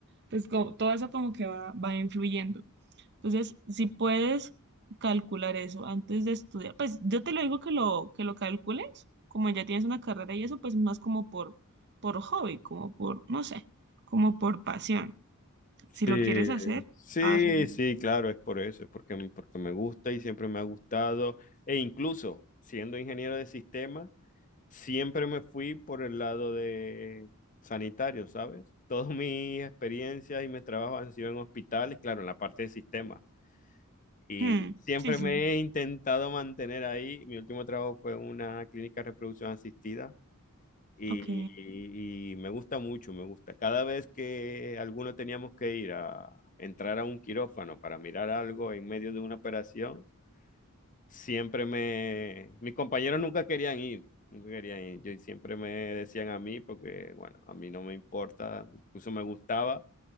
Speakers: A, on the right; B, on the left.
A: pues co- todo eso como que va, va influyendo. Entonces, si puedes calcular eso antes de estudiar, pues yo te lo digo que lo, que lo calcules, como ya tienes una carrera y eso, pues más como por, por hobby, como por, no sé, como por pasión. Si
B: Sí,
A: lo quieres hacer,
B: sí,
A: hazlo.
B: sí, claro, es por eso, es porque, m- porque me gusta y siempre me ha gustado. E incluso siendo ingeniero de sistemas, siempre me fui por el lado de sanitario, ¿sabes? <laughs> Todas mis experiencias y mis trabajos han sido en hospitales, claro, en la parte de sistemas. Y
A: Hmm,
B: siempre
A: sí, sí.
B: me he intentado mantener ahí. Mi último trabajo fue en una clínica de reproducción asistida Y,
A: Ok.
B: y- me gusta mucho, me gusta. Cada vez que alguno teníamos que ir a entrar a un quirófano para mirar algo en medio de una operación, siempre me... Mis compañeros nunca querían ir, nunca querían ir. Yo siempre me decían a mí porque, bueno, a mí no me importa, incluso me gustaba.